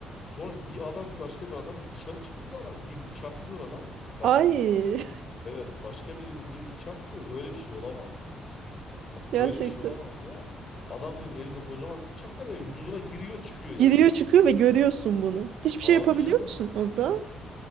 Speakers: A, on the left; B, on the right.
A: Sonra bir adam başka bir adamı dışarı çıktılar ama bir bıçaklıyor adam. Bak
B: Ay
A: evet başka birini bir bıçaklıyor böyle bir şey olamaz yani. Bak
B: <laughs> gerçekten.
A: böyle bir şey olamaz ya. Adamın elinde kocaman bir bıçak var ve vücuduna giriyor çıkıyor ya
B: Giriyor
A: bıçak
B: çıkıyor
A: bak.
B: ve görüyorsun bunu. Hiçbir
A: Abi
B: şey yapabiliyor
A: canım
B: musun orada?